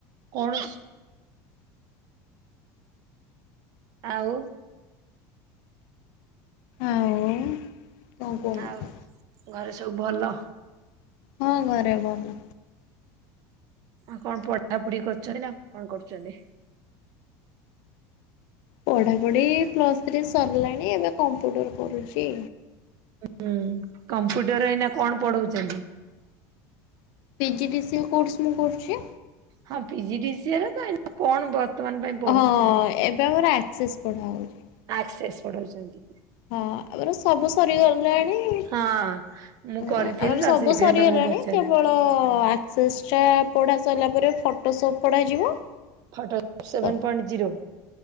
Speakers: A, on the right (about 45°); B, on the left (about 60°).
A: କୌଣସି ଆଉ।
B: ଆଉ କଣ କୁହନ୍ତୁ
A: ଆଉ ଘରେ ସବୁ ଭଲ।
B: ହଁ ଘରେ ଭଲ।
A: ଆଉ କଣ ପଢାପଢି କରୁଛନ୍ତି ନା କଣ କରୁଛନ୍ତି।
B: ପଢ଼ାପଢ଼ି ପ୍ଲସ୍ ଥ୍ରୀ ସରିଲାଣି ଏବେ କମ୍ପ୍ୟୁଟର କରୁଛି।
A: ହୁଁ ହୁଁ କମ୍ପ୍ୟୁଟର ଏଇନା କଣ ପଢଉଛନ୍ତି।
B: P G D C A course ମୁଁ କରୁଚି।
A: ହଁ P G D C A ର ତ କଣ ବର୍ତ୍ତମାନ ପାଇଁ
B: ହଁ
A: ପଢଉଛନ୍ତି।
B: ଏବେ ଆମର ଆକ୍ସେସ୍ ପଢ଼ାହଉଛି।
A: ଆକ୍ସେସ୍ ପଢାଉଛନ୍ତି।
B: ହଁ ଆପର ସବୁ ସରିଗଲାଣି ଅ
A: ହଁ। ମୁଁ
B: ଆମର
A: କରିଥିଲି ତ
B: ସବୁ
A: ସେଇଥିପାଇଁ
B: ସରିଗଲାଣି
A: ତମକୁ ପଚାରିଲି
B: କେବଳ ଆ ସେସ୍ଟା ପଢ଼ା ସାରିଲା ପରେ ଫଟୋ ସପ୍ ପଢ଼ାଯିବ
A: ଫଟୋ ସେଭେନ
B: ତ
A: ପଏଣ୍ଟ ଜିରୋ।